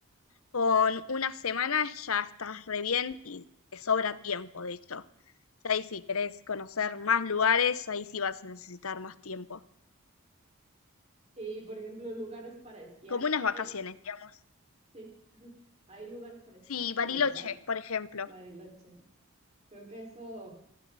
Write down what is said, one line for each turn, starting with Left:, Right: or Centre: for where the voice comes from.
Left: con una semana ya estás re bien y te sobra tiempo, de hecho. Ya ahí si querés conocer más lugares, ahí sí vas a necesitar más tiempo.
Right: Y por ejemplo, lugares para esquiar,
Left: Como unas
Right: sí
Left: vacaciones,
Right: hay,
Left: digamos.
Right: sí, hay lugares para esquiar,
Left: Sí,
Right: sí,
Left: Bariloche,
Right: ¿verdad?
Left: por ejemplo.
Right: Bariloche. Creo que eso.